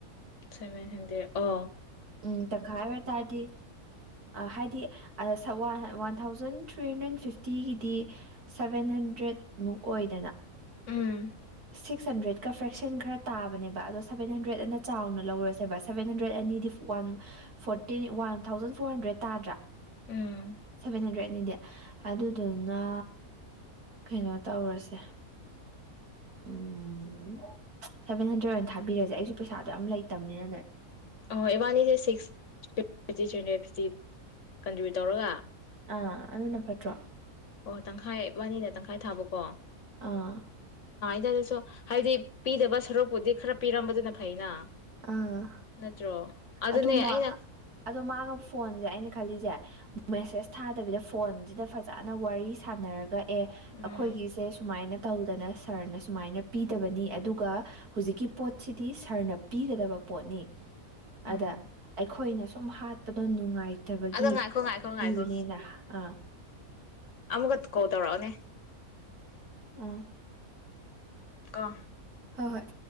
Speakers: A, on the left; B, on the right.
A: ꯁꯚꯦꯟ ꯍꯟꯗ꯭ꯔꯦꯠ ꯑ
B: ꯎꯝ ꯇ ꯈꯥꯏꯕꯦ ꯇ ꯍꯥꯏꯗꯤ ꯍꯥꯏꯗꯤ ꯋꯥ ꯋꯥꯟ ꯊꯥꯎꯖꯟ ꯊ꯭ꯔꯤ ꯍꯟꯗ꯭ꯔꯦꯠ ꯐꯤꯐꯇꯤꯒꯤꯗꯤ ꯁꯕꯦꯟ ꯍꯟ ꯇ꯭ꯔꯦꯠꯃꯨꯛ ꯑꯣꯏꯗꯅ
A: ꯎꯝ
B: ꯁꯤꯛꯁ ꯍꯟꯗ꯭ꯔꯦꯗꯀ ꯐ꯭ꯔꯦꯛꯁꯟ ꯈꯔ ꯇꯥꯕꯅꯦꯕ ꯑꯗꯣ ꯁꯕꯦꯟ ꯍꯟꯗ꯭ꯔꯦꯗ ꯑꯅ ꯆꯥꯎꯅ ꯂꯧꯔꯁꯦꯕ ꯁꯕꯦꯟ ꯍꯟꯗ꯭ꯔꯦꯗ ꯑꯅꯤꯗꯤ one fourteen one thousand four hundred ꯇꯥꯗ꯭ꯔꯥ
A: ꯎꯝ
B: ꯁꯚꯦꯟ ꯍꯟꯗ꯭ꯔꯦꯠꯅꯤ ꯗꯦ ꯑꯗꯨꯗꯨꯅ ꯀꯩꯅꯣ ꯇꯧꯔꯁꯦ ꯎꯝ ꯁꯚꯦꯟ ꯍꯟꯗ꯭ꯔꯦꯗ ꯑꯣꯏꯅ ꯊꯥꯕꯤꯔꯁꯦ ꯑꯩꯁꯨ ꯄꯩꯁꯥꯗꯣ ꯌꯥꯝꯝ ꯂꯩꯇꯕꯅꯤꯅꯅꯦ
A: ꯑꯍꯣꯏ ꯏꯕꯥꯅꯤꯁꯦ ꯁꯤꯛꯁ ꯊ꯭ fifty three hundred fifty contribute ꯇꯧꯔꯒ
B: ꯑꯥ ꯑꯗꯨꯟꯅ ꯄꯠꯇ꯭ꯔꯣ
A: ꯑꯣ ꯇꯪꯈꯥꯏ ꯏꯕꯥꯅꯤꯅ ꯇꯪꯈꯥꯏ ꯊꯥꯕꯀꯣ
B: ꯑꯥ
A: ꯗꯁꯨ ꯍꯥꯏꯗꯤ ꯄꯤꯗꯕ ꯁꯔꯨꯛꯄꯨꯗꯤ ꯈꯔ ꯄꯤꯔꯝꯕꯗꯨꯅ ꯐꯩꯅ
B: ꯑꯥ
A: ꯅꯠꯇ꯭ꯔꯣ ꯑꯗꯨꯅꯦ
B: ꯑꯗꯨꯃ
A: ꯑꯩꯅ
B: ꯑ ꯃꯥꯒ ꯐꯣꯟꯁꯦ ꯑꯩꯅ ꯈꯜꯂꯤꯁꯦ ꯃꯦꯁꯦꯁ ꯊꯥꯗꯕꯤꯗ ꯐꯣꯟ ꯁꯤꯗ ꯐꯖꯅ ꯋꯥꯔꯤ ꯁꯥꯟꯅꯔꯒ ꯀꯛꯑꯦ
A: ꯎꯝ
B: ꯑꯩꯈꯣꯏꯒꯤꯁꯦ ꯁꯨꯃꯥꯏꯅ ꯇꯧꯗꯅ ꯁꯔꯅ ꯁꯨꯃꯥꯏꯅ ꯄꯤꯗꯕꯅꯤ ꯑꯗꯨꯒ ꯍꯧꯨꯖꯤꯛꯀꯤ ꯄꯣꯠꯁꯤꯗꯤ ꯁꯔꯅ ꯄꯤꯒꯗꯕ ꯄꯣꯠꯅꯤ
A: ꯎꯝ
B: ꯑꯗ ꯑꯩꯈꯣꯏꯅꯁꯨ ꯁꯨꯝ ꯍꯥꯠꯄꯗꯣ ꯅꯨꯡꯉꯥꯏ ꯐꯠꯇꯕꯒꯤ
A: ꯑꯗꯣ ꯉꯥꯏꯈꯣ ꯉꯥꯏꯈꯣ
B: ꯄꯤꯕꯅꯦꯅ
A: ꯉꯥꯏꯈꯣ
B: ꯑꯥ
A: ꯑꯃꯨꯛꯀ ꯀꯣꯜ ꯇꯧꯔꯛꯑꯣꯅꯦ
B: ꯎꯝ
A: ꯑ
B: ꯍꯣꯏ ꯍꯣꯏ